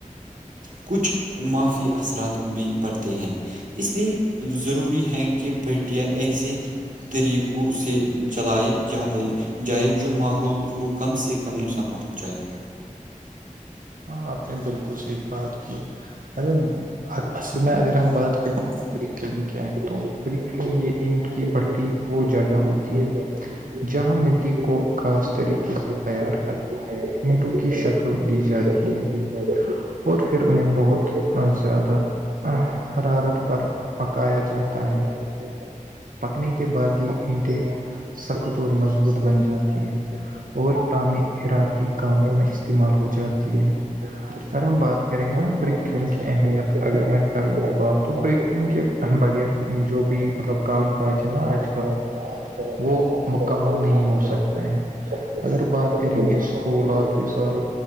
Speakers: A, on the right (about 70°); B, on the right (about 85°).
A: کچھ معافیا اثرات بھی پڑتے ہیں اس لیے ضروری ہے کہ بیٹیاں ایسے طریقوں سے چلائے جاں جائز جو ماحول کو کم سے کم نقصان پہنچائے
B: ہاں آپ نے بالکل صحیح بات کی ارے اصل میں اگر ہم بات کریں ہیںیک کیا ہیں تو بریک یہ اینٹ کی بٹی وہ جگہ ہوتی ہے جہاں مٹی کو خاص طریقے سے تیار کر نٹو کی شکل دی جاتی ہے ہیں اور پھر انہیں بہت اور زیادہ حرارت پر پکایا جاتا ہے پکنے کے بعد یہ اینٹیں سخت اور مضبوط بن جاتی ہیں اور تعمیراتی کاموں میں استعمال ہو جاتی ہیں ار ہم بات کریں گے نا بریک کلنگ کی اہمیت اگر میں کروں گی بات تو بریک کلن کے بغیر جو بھی مطلب کام کاج ہے نا آج کل وہ مکمل نہیں ہو سکتے ہیں اگر بات کریں گے اسکول آفس اور